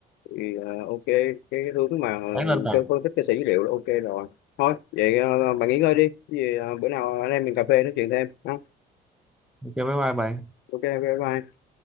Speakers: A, on the left (about 85°); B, in the centre.
A: thì à, ok cái hướng mà
B: bán lên bạn
A: cho phân tích cái sẻ dữ liệu là ok rồi thôi vậy à, bạn nghỉ ngơi đi Cái gì à, bữa nào anh em mình cà phê nói chuyện thêm ha
B: cho bye bye bạn
A: ok ok bye bye